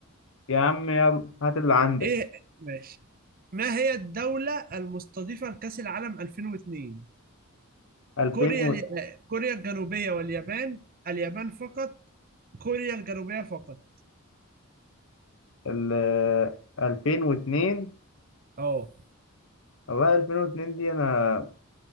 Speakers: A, on the left (about 60°); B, on the right (about 40°).
A: يا عم يلا هات اللي عندك
B: ايه ماشي ما هي الدولة المستضيفة لكأس العالم 2002
A: 2000
B: كوريا
A: و
B: ال... آه، كوريا الجنوبية واليابان اليابان فقط كوريا الجنوبية فقط
A: ال 2002
B: اه
A: والله 2002 دي انا